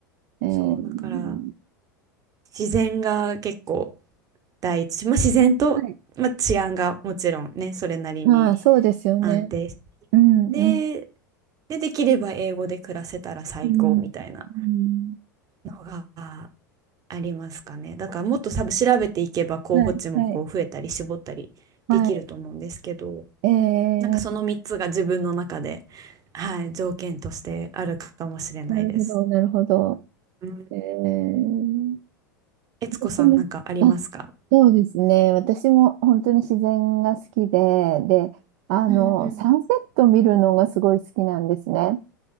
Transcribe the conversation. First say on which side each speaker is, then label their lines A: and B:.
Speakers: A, on the right (about 55°); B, on the right (about 35°).
A: えー、
B: そうだから自然が結構第一、まあ、自然と、
A: はい。
B: まあ、治安がもちろんねそれなりに
A: まあ、そうですよね。
B: 安定して
A: うん、
B: で、
A: うん、
B: でできれば英語で暮らせたら最高みたいな。
A: うん、うん
B: のがありますかね。だからもっと多分調べていけば候補地もこう増えたり絞ったりできると思うんですけど、
A: はい、はい、はい。え
B: なんかその3つが自分の中で、
A: ー、
B: はい、条件としてあるかもしれないです。
A: なるほど、なるほど。
B: うん。
A: えー、
B: 悦子さんなんかありますか
A: 私も、あ、そうですね。私も本当に自然が好きで、で、あの、
B: うんうん。
A: サンセット見るのがすごい好きなんですね。